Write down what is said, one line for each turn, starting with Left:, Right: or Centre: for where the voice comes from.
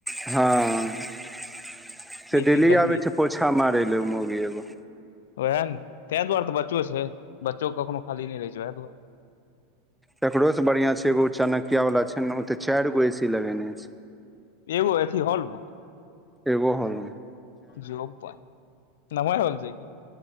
Centre: हँ <inaudible> से डेली
Left: चीज देखलियै
Centre: आबै छै पोछा मारे लऽ मोगी एगो।
Left: ओएह ने तै दुआरे तऽ बच्चो छै बच्चोे कखनो खाली नहि रहै छै वएह दुआरे।
Centre: तकरोसँ बढ़िआँ छै एगो चाणक्य वला छै ने ओ तऽ चार गो ए सी लगेने छै।
Left: एगो अथि हॉलम
Centre: एगो हॉलम
Left: जो बरह <inaudible> नमहर हॉलछै कि